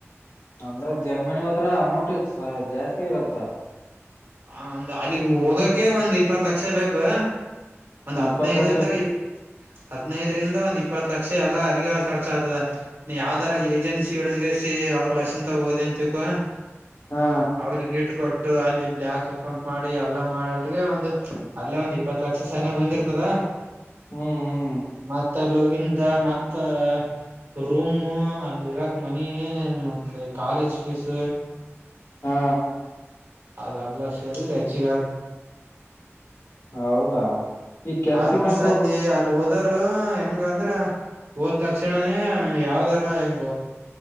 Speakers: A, on the left; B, on the right.
A: ಅಂದ್ರ ಜರ್ಮನಿ ಹೋದ್ರ ಅಮೌಂಟ್ ಜಾಸ್ತಿ ಇರುತ್ತಾ
B: ಹ ಒಂದ್ ಅಲ್ಲಿಗ್ ಹೋಗಕೆ ಒಂದ್ ಇಪ್ಪತ್ ಲಕ್ಷ ಬೇಕು ಒಂದ್ ಹದ್ನೈದ
A: ಇಪ್ಪತ್ ಲಕ್ಷ
B: ಅಂದ್ರೆ ಇ ಹದ್ನೈದರಿಂದ ಒಂದ್ ಇಪ್ಪತ್ತು ಲಕ್ಷ ಎಲ್ಲಾ ಅಲ್ಲಿಗೆ ಖರ್ಚ ಆ್ತದೆ ನೀ ಯಾವ್ದರ ಏಜೆನ್ಸಿ ಹಿಡ್ದಗಸಿ ಅವ್ರ ಲಕ್ಷನ್ ಓದಿನ್ಂತಿಕ
A: ಹಾ
B: ಅವ್ರಿಗೆ ಇಟ್ು ಕೊೊಟ್ಟು ಅಲ್ಲಿ ಬ್ಯಾಾಕ್ ಅಕೌಂಟ್ ಮಾಡಿ ಎಲ್ಲಾ ಮಾಡ ಆಟ್ಗೆ ಒಂದು್ ಅಲ್ಲೇ ಒಂದ್ ಇಪ್ಪತ್ತು ಲಕ್ಷ ಸನ ಬಂದಿರ್ತದ
A: ಹ್ಮ್ ಹ್ಮ್
B: ಮತ್ತೆಲ್ಲೋಗಿಂದ ಮತ್ತ ಮತ್ತ ರೂಮು ಅಲ್ಲಿ ಇರಕ್ ಮನಿ ಮತ್ತೆ ಕಾಲೇಜ್ ಫೀಸ್
A: ಹಾ
B: ಅದ ಎಲ್ಲ ಸೇರಿದ್ರೆ ಹೆಚ್ಚಿಗ
A: ಹೌದಾ ಈ ಕೆಲ್ಸಕ್ಕಂತ
B: ಆಲ್ಮೋಸ್ಟ್ ಅಲ್ಲಿ ಅಲ್ಲಿ ಹ ಅದಾರ ಹೆಂಗ ಅಂದ್ರ ಓದ ತಕ್ಷಣನೇ ಯಾವ್ದರ ಹೆಂಗ